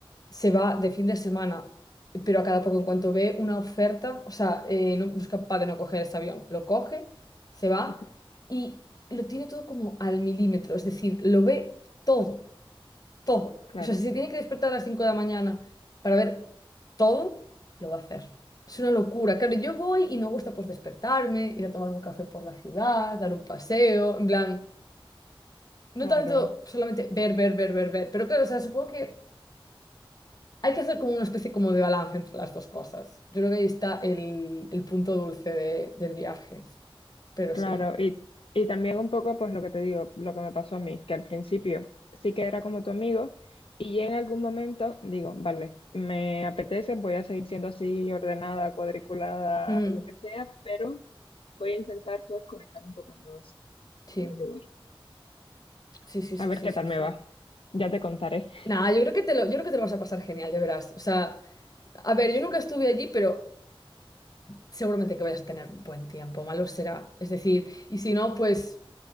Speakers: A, on the left; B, on the left.
A: se va de fin de semana, pero a cada poco, en cuanto ve una oferta, o sea, eh, no no es capaz de no coger ese avión, lo coge, se va
B: <laughs>
A: y lo tiene todo como al milímetro, es decir, lo ve todo, todo.
B: Claro,
A: O sea, si se tiene que despertar a las 5 de la mañana para ver todo, lo va a hacer. Es una locura. Claro, yo voy y me gusta pues despertarme, ir a tomar un café por la ciudad, dar un paseo, en plan, no
B: claro,
A: tanto solamente ver, ver, ver, ver, ver, pero claro, o sea, supongo que hay que hacer como una especie como de balance entre las dos cosas. Yo creo que ahí está el, el punto dulce de- del viaje, pero
B: claro.
A: sí.
B: Y, y también un poco, pues lo que te digo, lo que me pasó a mí, que al principio sí que era como tu amigo y en algún momento digo, vale, me apetece, voy a seguir siendo así ordenada, cuadriculada,
A: Mm,
B: o lo que sea, pero voy a intentar pues conectar un poco más con,
A: sí,
B: con el lugar.
A: sí, sí, sí,
B: A ver
A: sí,
B: qué
A: sí,
B: tal me
A: sí.
B: va. Ya te contaré.
A: Nada, yo creo que te lo, yo creo que te lo vas a pasar genial, ya verás. O sea, a ver, yo nunca estuve allí, pero seguramente que vayas a tener un buen tiempo, malo será. Es decir, y si no, pues